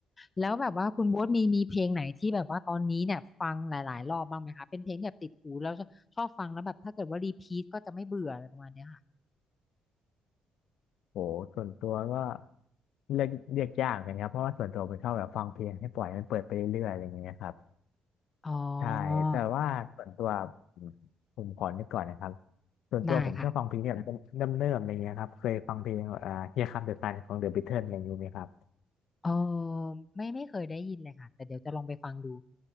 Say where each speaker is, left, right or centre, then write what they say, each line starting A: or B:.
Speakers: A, on the left; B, on the left.
A: แล้วแบบว่าคุณโบ๊ทมีมีเพลงไหนที่แบบว่าตอนนี้เนี่ยฟังหลายๆรอบบ้างไหมคะเป็นเพลงที่แบบติดหูแล้วชอบฟังแล้วแบบถ้าเกิดว่ารีพีทก็จะไม่เบื่ออะไรประมาณเนี้ยค่ะ
B: โหส่วนตัวก็เลือกเลือกยากกันครับเพราะว่าส่วนตัวเป็นชอบแบบฟังเพลงให้ปล่อยมันเปิดไปเรื่อยๆอะไรอย่างเงี้ยครับ
A: อ๋อ
B: ใช่แต่ว่าส่วนตัวผมผมขอนึกก่อนนะครับ
A: อืม
B: ส่วนตัวผมชอบฟังเพลงที่แบบเริ่มเริ่มๆอะไรเงี้ยครับเคยฟังเพลงเอ่อ
A: ได้ค่ะ
B: Here Comes the Sun ของ The Beatles อะไรอย่างนี้ไหมครับ
A: เออไม่ไม่เคยได้ยินเลยค่ะแต่เดี๋ยวจะลองไปฟังดู